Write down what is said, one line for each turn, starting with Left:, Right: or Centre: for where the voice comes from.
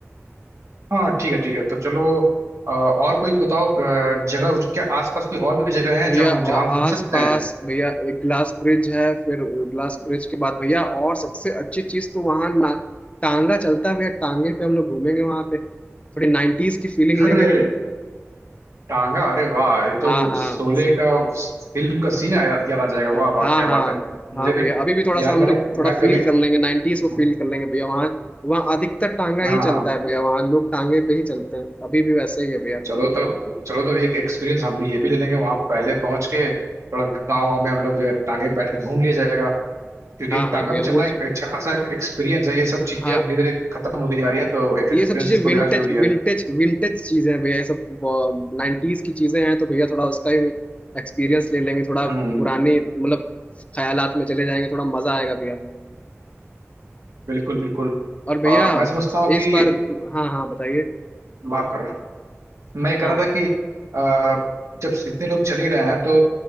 Right: हाँ ठीक है ठीक है तो चलो अ, और कोई बताओ अ, जगह क्या आसपास कोई और भी जगह है
Left: भैया
Right: जो हम
Left: और
Right: जहाँ हम घूम
Left: आस
Right: सकते
Left: पास
Right: हैं
Left: भैया एक ग्लास ब्रिज है फिर ग्लास ब्रिज के बाद भैया और सबसे अच्छी चीज तो वहाँ ना टांगा चलता है भैया टांगे पे हम लोग घूमेंगे वहाँ पे थोड़ी नाइन्टीज की फीलिंग
Right: अरे
Left: लेंगे
Right: टांगा अरे वाह ये तो
Left: हाँ हाँ
Right: शोले का फिल्म का सीन याद याद आ जाएगा
Left: अ,
Right: वाह वाह
Left: हाँ
Right: क्या
Left: हाँ
Right: बात है
Left: हाँ
Right: मुझे
Left: भैया
Right: भी
Left: अभी भी थोड़ा
Right: यार
Left: सा हम
Right: मैंने
Left: लोग थोड़ा
Right: मैं कभी
Left: फील कर लेंगे नाइन्टीज को
Right: हाँ
Left: फील कर लेंगे भैया वहाँ वहाँ अधिकतर टांगा
Right: हाँ
Left: ही चलता है भैया वहाँ लोग टांगे पे ही चलते हैं अभी भी वैसे ही है भैया
Right: चलो तब चलो तब एक एक्सपीरियंस हम ये भी ले लेंगे वहां पहले पहुंच के थोड़ा गाँव वाँव में हम लोग टांगे पे बैठ के घूम लिया जाएगा क्योंकि
Left: हाँ
Right: एक
Left: हाँ
Right: टांगा
Left: भैया
Right: पे
Left: वो
Right: चलना एक अच्छा खासा एक्सपीरियंस है ये सब चीजें
Left: हाँ
Right: अब धीरे धीरे खत्म होती जा रही है तो एक एक्सपीरियंस
Left: ये सब चीजें
Right: इसको
Left: विंटेज
Right: लेना जरूरी है
Left: विंटेज विंटेज चीजें हैं भैया ये सब नाइन्टीज की चीजें हैं तो भैया थोड़ा उसका ही एक्सपीरियंस ले लेंगे थोड़ा
Right: हम्म
Left: पुराने मतलब ख्यालात में चले जाएंगे थोड़ा मजा आएगा भैया
Right: बिल्कुल बिल्कुल
Left: और भैया
Right: और मैं समझता हूँ
Left: इस
Right: कि
Left: बार हाँ हाँ बताइए
Right: माफ करना मैं कह
Left: हाँ
Right: रहा था कि आ, जब इतने लोग चल ही रहे हैं तो